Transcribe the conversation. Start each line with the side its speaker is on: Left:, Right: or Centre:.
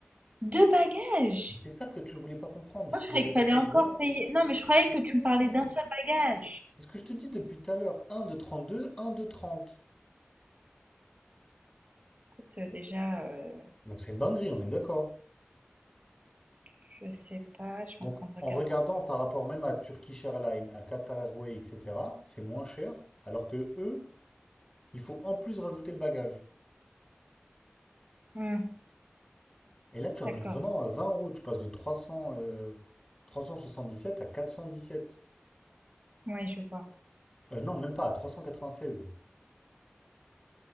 Right: Deux bagages?
Left: Mais c'est ça que tu voulais pas comprendre. Je
Right: Moi,
Left: te
Right: je croyais
Left: l'ai répété
Right: qu'il fallait encore
Left: vraiment.
Right: payer. Non, mais je croyais que tu
Left: Non.
Right: me parlais d'un seul bagage.
Left: C'est ce que je te dis depuis tout à l'heure. Un de 32, un de 30.
Right: Écoute, euh, déjà, euh,
Left: Donc c'est une dinguerie, on est d'accord.
Right: je sais pas, je suis
Left: Donc
Right: en train de
Left: en
Right: regarder.
Left: regardant
Right: le-
Left: par rapport même à Turkish Airlines, à Qatar Airways, etc., c'est moins cher, alors que eux, il faut en plus rajouter le bagage.
Right: Hmm,
Left: Et là, tu rajoutes
Right: d'accord,
Left: vraiment euh, 20 euros, tu passes de 300, euh, 377 à 417.
Right: oui, je vois.
Left: Euh, non, même pas, à 396.